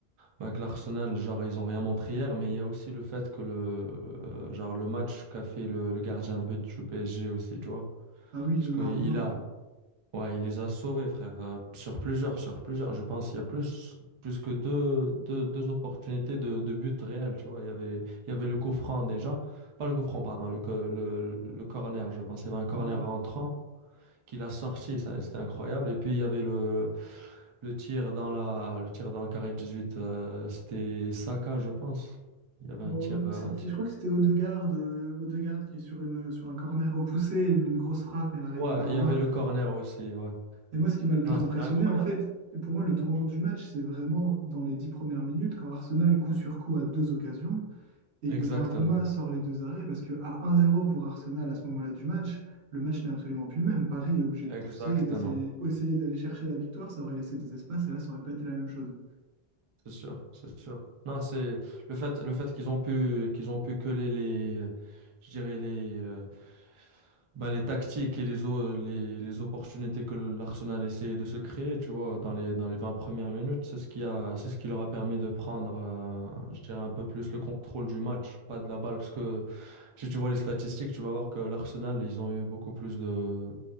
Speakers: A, on the right; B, on the right.
A: bah, que l'Arsenal, genre, ils ont rien montré hier, mais il y a aussi le fait que le, euh, genre, le match qu'a fait le, le gardien de but du PSG aussi, tu vois.
B: Ah oui,
A: Parce
B: Donnarumma.
A: que il Oui. a, ouais, il les a sauvés, frère, euh, sur plusieurs, sur plusieurs. Je pense qu'il y a plus, plus que deux, deux, deux opportunités de, de but réel, tu vois. Il y avait, il y avait le coup franc déjà, pas le coup franc, pardon, le, co- le, le corner, je pense. Il y avait un corner
B: Mhm.
A: rentrant qu'il a sorti. ça, C'était incroyable. Et puis, il y avait le, le tir dans la, le tir dans le carré de 18. euh, c'était Saka, je pense. Il y avait un
B: Oh,
A: tir, euh,
B: c'était-
A: un tir.
B: je crois que c'était Odegaard, euh, Odegaard qui est sur, une, sur un corner repoussé, il met une grosse frappe et l'arrêt
A: Ouais,
B: de Donnarumma.
A: il y avait le corner aussi. Ouais.
B: Et moi, ce qui m'a le plus
A: Non,
B: impressionné,
A: c'était incroyable.
B: en fait, et pour moi, le tournant du match, c'est vraiment dans les dix premières minutes, quand Arsenal, coup sur coup, a deux occasions, et
A: Exactement.
B: que Donnarumma sort les deux arrêts, parce que à 1-0 pour Arsenal à ce moment-là du match, le match n'est absolument plus le même. Paris est obligé de pousser
A: Exactement.
B: et d'essayer essayer d'aller chercher la victoire, ça aurait laissé des espaces, et là, ça aurait pas été la même chose.
A: C'est sûr. C'est sûr. Non, c'est le fait, le fait qu'ils ont pu, qu'ils ont pu coller les, euh, je dirais les, euh, Ben, les tactiques et les, o- les, les opportunités que l'Arsenal essayait de se créer, tu vois, dans les, dans les 20 premières minutes, c'est ce qui a, c'est ce qui leur a permis de prendre, euh, je dirais, un peu plus le contrôle du match, pas de la balle. Parce que si tu vois les statistiques, tu vas voir que l'Arsenal, ils ont eu beaucoup plus de,